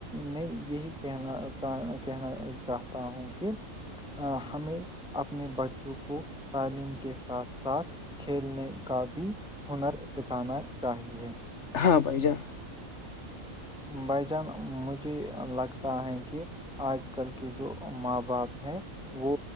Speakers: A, in the centre; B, on the left (about 60°).
A: میں یہی کہنا کہنا چاہتا ہوں کہ ہمیں اپنے بچوں کو تعلیم کے ساتھ ساتھ کھیلنے کا بھی ہنر سکھانا چاہیے
B: ہاں بھائی جان
A: بھ جان مجھے لگتا ہے کہ آج کل کے جو ماں باپ ہیں وہ